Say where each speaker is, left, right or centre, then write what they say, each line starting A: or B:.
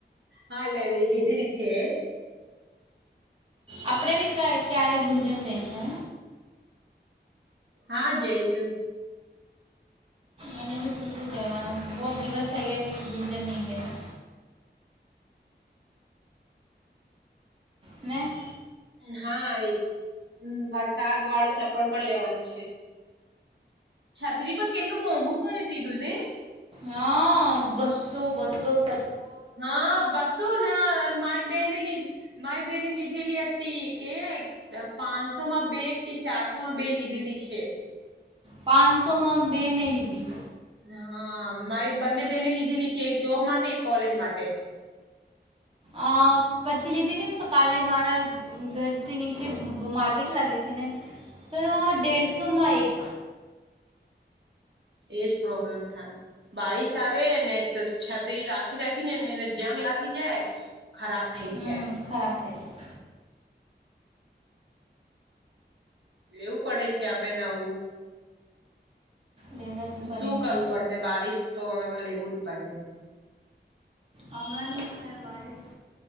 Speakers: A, on the right; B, on the right.
A: હા લઈ લીધ લી છે.
B: આપડે ભી ક ક્યારે ગુંજન જઈશે
A: હા જઈશું
B: અને બી શુંધું લેવાનું બહુ જ દિવસ થઈ ગયા કે ગુંંજન નહીં કર્યા મેને
A: હા એજ, વરસાદ વાળું ચપ્પણ પણ લેવાનું છે. છત્રી પર કેટલું મોંઘું કરી દીધું ને?
B: હા બસો બસો પ
A: હા બસું ના મારી બેન લીધ મારી બેહેને લીધેલી હતી કે પાંચસો માં બે કે ચારસો માં બે લીધેલી છે.
B: પાંચસોમાં બે મે લીધી.
A: હા મારી બંને બેને લીધેલી છે એક જોબ માટે એક કોલેજ માટે
B: અ પછી લીધી ને તો કાલે મારા ઘરથી નીચે માર્કેટ લાગે છે ને તો દેઢસો માં એક
A: એજ પ્રોબ્લેમ થાય બળિશ આવે ને તો છત્રી રાખી રાખી ને ને એને જંગ લાગી જાય ખરાબ થઈ
B: હમ
A: જાય
B: ખરાબ થઇ જાય
A: લેવું પડે છે આપડે નવું
B: લેવા જ પડે
A: શું
B: નહીં
A: કરવું પડશે બારિશ તો એમાં લેવું જ પડે ને
B: હમણાં થયા બારિશ